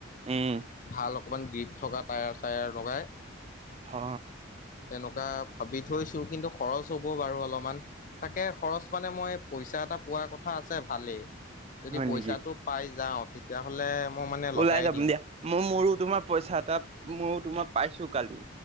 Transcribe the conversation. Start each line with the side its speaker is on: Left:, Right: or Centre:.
Right: উম
Left: ভাল অকমান গ্ৰীপ থকা টায়াৰ চায়াৰ লগাই,
Right: হ
Left: তেনেকুৱা ভাবি থৈছো কিন্তু খৰচ হ'ব বাৰু অলপমান। তাকে খৰচ মানে মই পইচা এটা পোৱাৰ কথা আছে ভালেই। যদি
Right: হয়
Left: পইচাটো
Right: নেকি
Left: পাই যাওঁ তেতিয়াহ'লে মই মানে লগাই
Right: ওলাই যাম
Left: দিম।
Right: দিয়া মই মোৰো তোমাৰ পইচা এটাত মইও তোমাৰ পাইছো কালি।